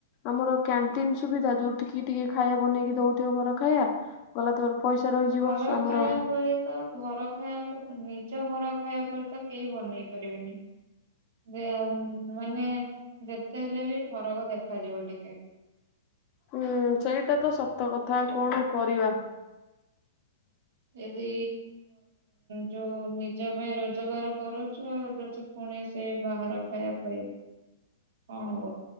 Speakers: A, on the left; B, on the right.
A: ଆମର କ୍ୟାଣ୍ଟିନ ସୁବିଧା ଯୋଉଠି ଟିକେ ଖାଇବା ବନେଇକି ଦଉଥିବ ଘର ଖାଇବା। ଗଲା ତମର ପଇସା ରହିଯିବ
B: ଘର
A: ଆମର
B: ଖାଇବା ପରି ତ ଘର ଖାଇବା ନିଜ ଘର ଖାଇବା ପରେ ତ କେହି ବନେଇ ପାରିବେନି। ଯେ ଆଉ ମାନେ ଯେତେ ହେଲେ ବି ଫରକ ଦେଖାଯିବ ଟିକେ।
A: ହୁଁ ସେଇଟା ତ ସତ କଥା ଆଉ କଣ କରିବା?
B: <inaudible> ଏଦି ଯୋଉ ନିଜ ପାଇଁ ରୋଜଗାର କରୁଛୁ ଆଉ ଯ ପୁଣି ସେଇ ବାହାର ଖାଇବା ଖାଇବ। କଣ ହବ?